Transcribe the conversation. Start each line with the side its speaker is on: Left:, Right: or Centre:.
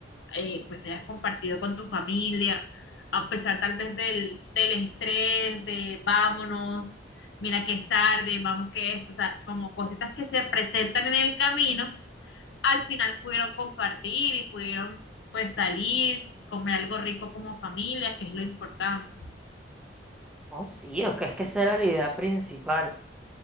Left: eh, pues hayas compartido con tu familia, a pesar tal vez del, del estrés, de vámonos, mira que es tarde, vamos que esto, o sea, como cositas que se presentan en el camino al final pudieron compartir y pudieron pues salir, comer algo rico como familia, que es lo importante.
Centre: no, sí, es que es que esa era la idea principal.